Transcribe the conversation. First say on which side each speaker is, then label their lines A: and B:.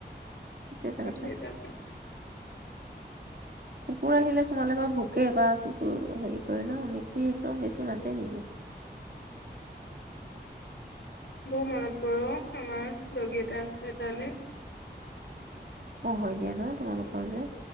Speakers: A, on the left; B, on the right.
A: <unintelligible>
B: সেইটো এটা কথা। কুকুৰ আহিলে সোমালে বাৰু ভোকে বা কুকুৰ হেৰি কৰে ন' মেকুৰী একদম বেছি মাতে নিদিয়ে।
A: বৰ মনত অ' আমাৰ দগী এটা আছিলে তালে
B: অ', হয় দিয়া ন' তোমালোক মোৰ যে